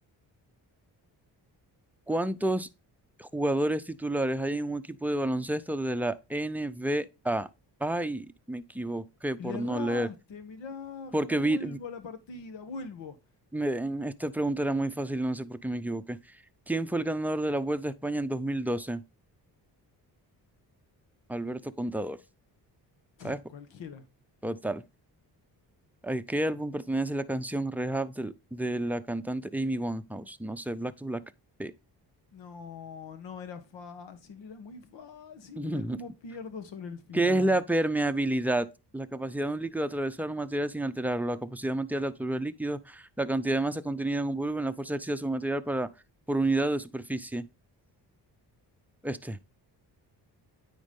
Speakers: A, in the centre; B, on the left.
A: ¿Cuántos jugadores titulares hay en un equipo de baloncesto de la N B A? Ay, me equivoqué por
B: Y le erraste,
A: no leer.
B: mirá
A: Porque
B: cómo
A: vi,
B: vuelvo a la partida, vuelvo.
A: Miren, esta pregunta era muy fácil, no sé por qué me equivoqué. ¿Quién fue el ganador de la Vuelta a España en 2012? Alberto Contador.
B: Pf,
A: ¿Sabes? Po-
B: Cualquiera.
A: Total. ¿A qué álbum pertenece la canción Rehab del- de, la cantante Amy Winehouse? No sé, Black to Black. Sí.
B: No, no era fácil, era muy fácil.
A: <laughs>
B: Mirá cómo pierdo sobre el final.
A: ¿Qué es la permeabilidad? La capacidad de un líquido de atravesar un material sin alterarlo, la capacidad material de absorber líquido, la cantidad de masa contenida en un volumen, la fuerza ejercida sobre un material para, por unidad de superficie. Este.